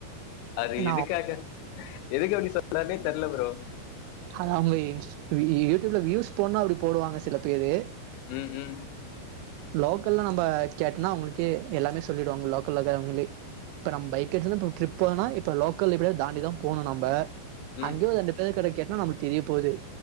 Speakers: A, on the left; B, on the right.
A: அது
B: ஏன்னா,
A: எதுக்காக எதுக்கு அவரு சொன்னருனே தெரியல ப்ரோ
B: ஆ அவங்க யூடியூப்ல வியூஸ் போனா அப்டி போடுவாங்க சில பேரு
A: ம் ம்
B: லோக்கல்ல நம்ம கேட்டனா அவங்களுக்கே எல்லாமே சொல்லிடுவாங்க லோக்கல்ல இருக்கவங்களே இப்ப நம்ம பைக் எடுத்து இப்ப ட்ரிப் போன இப்ப லோக்கல்ல எப்டியா தாண்டிதான் போகனும் நம்ம
A: ம்
B: அங்கேயும் ரெண்டு பேருகிட்ட கேட்டனா நம்மளுக்கு தெரிய போகுது